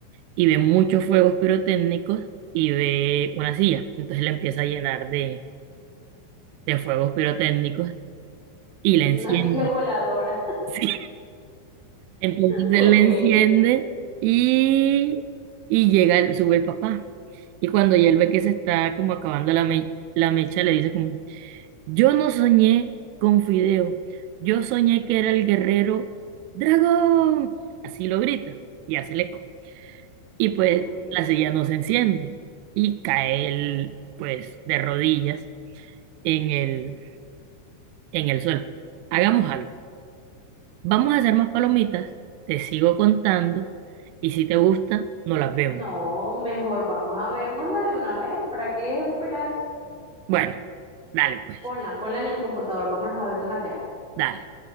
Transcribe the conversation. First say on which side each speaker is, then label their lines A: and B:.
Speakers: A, on the right (about 85°); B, in the centre.
A: y ve muchos fuegos pirotécnicos y ve una silla. Entonces le empieza a llenar de, de fuegos pirotécnicos y la enciende.
B: Una silla voladora.
A: <laughs> Sí, Entonces
B: Ok,
A: él la enciende y, y llega, el- sube el papá. Y cuando ya él ve que se está como acabando la, me- la mecha, le dice como, Yo no soñé con Fideo, yo soñé que era el guerrero dragón. Así lo grita y hace el eco. Y pues
B: ok.
A: la silla no se enciende y cae él pues de rodillas en el, en el suelo. Hagamos algo. Vamos a hacer más palomitas, te sigo contando y si te gusta, no las vemos.
B: No, mejor vamos a vernosla de una vez. ¿Para qué esperar?
A: Bueno, dale pues,
B: Ponla, ponla en el computador, vamos a vernosla ya.
A: dale.